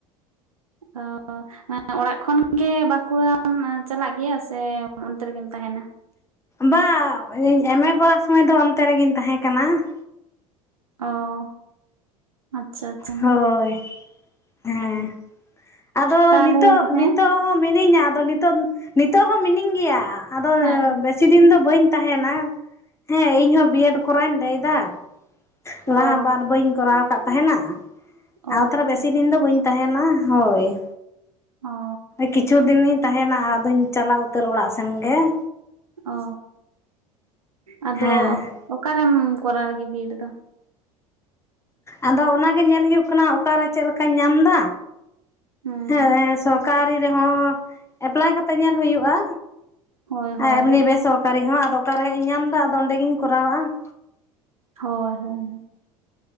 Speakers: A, on the right; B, on the left.
A: <unintelligible> ᱚᱲᱟᱜ ᱠᱷᱚᱱᱜᱮ ᱵᱟᱸᱠᱩᱲᱟᱢ ᱪᱟᱞᱟᱜ ᱜᱮᱭᱟ ᱥᱮ ᱚᱱᱛᱮ ᱨᱮᱜᱮᱢ ᱛᱟᱦᱮᱸᱱᱟ?
B: ᱵᱟ ᱮᱼᱢᱮ ᱠᱚᱨᱟᱣ ᱥᱚᱢᱚᱭ ᱫᱚ ᱚᱱᱛᱮ ᱨᱮᱜᱮᱤᱧ ᱛᱟᱦᱮᱸ ᱠᱟᱱᱟ ᱾
A: ᱚ ᱟᱪᱪᱷᱟ ᱟᱪᱪᱷᱟ
B: ᱦᱳᱭ, ᱦᱮᱸ ᱟᱫᱚ
A: ᱛᱟᱦᱚᱞᱮ
B: ᱱᱤᱛᱚᱜ
A: ᱦᱮᱸ
B: ᱱᱤᱛᱚᱜ ᱦᱚᱸ ᱢᱤᱱᱟᱹᱧᱟ ᱟᱫᱚ ᱱᱤᱛ ᱱᱤᱛᱚᱜ ᱦᱚᱸ ᱢᱤᱱᱟᱹᱧ ᱜᱮᱭᱟ ᱾ ᱟᱫᱚ
A: ᱦᱮᱸ
B: ᱵᱮᱥᱤ ᱫᱤᱱ ᱫᱚ ᱵᱟᱹᱧ ᱛᱟᱦᱮᱸᱱᱟ ᱦᱮᱸ ᱤᱧ ᱦᱚᱸ ᱵᱤ ᱮᱰ ᱠᱚᱨᱟᱣᱤᱧ ᱞᱟᱹᱭ ᱫᱟ ᱾ ᱞᱟᱦᱟ
A: ᱚ
B: ᱵᱟᱨ ᱵᱟᱹᱧ ᱠᱚᱨᱟᱣ ᱟᱠᱟᱫ ᱛᱟᱦᱮᱸᱱᱟ ᱟᱨ
A: ᱚ
B: ᱛᱟᱦᱚᱞᱮ
A: ᱟᱪᱪᱷᱟ
B: ᱵᱮᱥᱤ ᱫᱤᱱ ᱫᱚ ᱵᱟᱹᱧ ᱛᱟᱦᱮᱸᱱᱟ ᱾ ᱦᱳᱭ ᱾
A: ᱚ
B: ᱠᱤᱪᱷᱩ ᱫᱤᱱᱤᱧ ᱛᱟᱦᱮᱸᱱᱟ ᱟᱫᱚᱧ ᱪᱟᱞᱟᱣ ᱩᱛᱟᱹᱨ ᱚᱲᱟᱜ ᱥᱮᱱ ᱜᱮ ᱾
A: ᱚ ᱟᱫᱚ
B: ᱦᱮᱸ
A: ᱚᱠᱟᱨᱮᱢ ᱠᱚᱨᱟᱣ ᱞᱟᱹᱜᱤᱫ ᱵᱤ ᱮᱰ ᱫᱚ?
B: ᱟᱫᱚ ᱚᱱᱟᱜᱮ ᱧᱮᱞ ᱦᱩᱭᱩᱜ ᱠᱟᱱᱟ ᱚᱠᱟᱨᱮ ᱪᱮᱫ ᱞᱮᱠᱟᱧ ᱧᱟᱢ ᱫᱟ
A: ᱦᱩᱸ
B: ᱦᱮᱸ ᱥᱚᱨᱠᱟᱨᱤ ᱨᱮᱦᱚᱸ ᱮᱯᱞᱟᱭ ᱠᱟᱛᱮ ᱧᱮᱞ ᱦᱩᱭᱩᱜᱼᱟ
A: ᱦᱳᱭ ᱦᱳᱭ
B: ᱟᱨ ᱮᱢᱱᱤ ᱵᱮᱥᱚᱨᱠᱟᱨ ᱠᱟᱨᱤ ᱦᱚᱸ ᱟᱫᱚ ᱚᱠᱟᱨᱮ ᱤᱧ ᱧᱟᱢ ᱮᱫᱟ ᱟᱫᱚ ᱚᱸᱰᱮᱤᱧ ᱠᱚᱨᱟᱣᱟ ᱾
A: ᱦᱳᱭ ᱦᱳᱭ ᱾